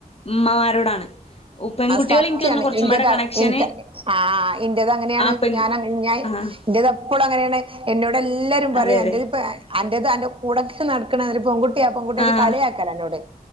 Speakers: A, on the left; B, on the right.
A: ഉമ്മമാരോടാണ്. പെൺകുട്ടികൾ
B: അ സത്യാണ്.
A: എനിക്ക് തോന്നുന്നു കുറച്ചും
B: ഇന്റത
A: പാടെ കണക്ഷന്
B: ഇൻക്. ആ ഇന്റേത് അങ്ങനേണ്.
A: ആ പെൺ
B: ഞാൻ അങ്ങനെ
A: ആഹ്
B: ഇന്റെത് എപ്പളും അങ്ങനേണ്. ഇന്നോട് എല്ലാരും പറയും
A: അതെ അതെ
B: അന്റഹ്പ്പ -- അന്റെേത് അന്റെ കൂടെക്കെ നടക്ക്ണ ഒരു പെൺക്കു കുട്ട്യ. പെങ്കുട്ട്യച്ച്
A: ആഹ്
B: കളിയാക്കല ഇന്നോട്.